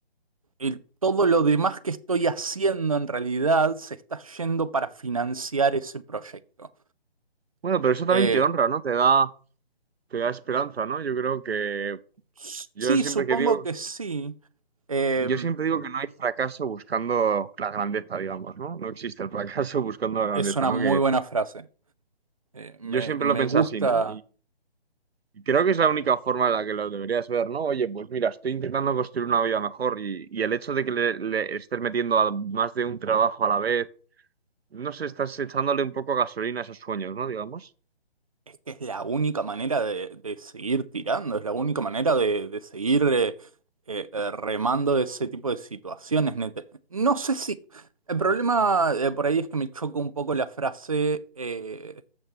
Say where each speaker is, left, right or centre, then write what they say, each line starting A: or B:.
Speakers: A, on the right; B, on the right.
A: el- todo lo demás que estoy haciendo en realidad se está yendo para financiar ese proyecto.
B: Bueno, pero eso también
A: Eh,
B: te honra, ¿no? Te da, te da esperanza, ¿no? Yo creo que
A: s-
B: yo
A: sí,
B: siempre
A: supongo
B: que digo,
A: que sí. Eh,
B: yo siempre digo que no hay fracaso buscando la grandeza, digamos, ¿no? No existe el fracaso <laughs> buscando la grandeza,
A: es una
B: ¿no?
A: muy
B: Que
A: buena frase. Eh,
B: yo
A: me,
B: siempre
A: me
B: lo pensé
A: gusta,
B: así, ¿no? Y Creo que es la única forma en la que lo deberías ver, ¿no? Oye, pues mira, estoy intentando construir una vida mejor y, y el hecho de que le, le estés metiendo a más de un trabajo a la vez, no sé, estás echándole un poco gasolina a esos sueños, ¿no? Digamos.
A: es que es la única manera de, de seguir tirando, es la única manera de, de seguir eh, eh, eh, remando ese tipo de situaciones. neta. No sé si... El problema eh, por ahí es que me choca un poco la frase eh,